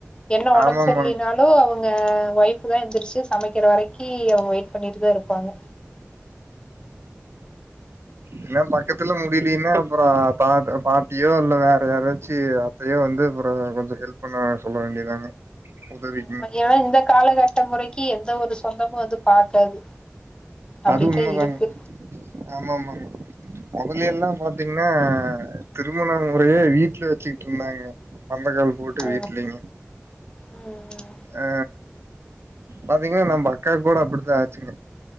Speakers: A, on the left; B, on the right.
A: என்ன உடம்பு
B: ஆமா
A: சரியலனாலு
B: ஆமாங்க
A: அவங் க வைஃப் தா எந்திருச்சு சமைக்கிற வரைக்கி அவ வெயிட் பண்ணிட்டுதா இருப்பாங்க
B: என்ன பக்கத்துல முடிலேனா அப்புற பா பாட்டியோ இல்ல வேற யாராச்சு அத்தையோ வந்து அப்ற கொஞ்சொ ஹெல்ப் பண்ண சொல்ல வேண்டியதாங்க உதவிக்குங்
A: ஆமா ஏன்னா இந்த காலகட்ட முறக்கி எந்த ஒரு சொந்தமு வந்து பாக்காது அப்டித்தா
B: அது உண்ம
A: இருக்கு
B: தாங்க ஆமா ஆமாங் மொதலெல்லாம் பாத்தீங்கன்னா திருமண முறையே வீட்ல வச்சுட்டு இருந்தாங்க பந்தக்கால் போட்டு
A: ஆ
B: வீட்லயுமே
A: ம்
B: ஆ பாத்தீங்ன்னா நம்ப அக்காக்கூட அப்டித்தான் ஆச்சுங்க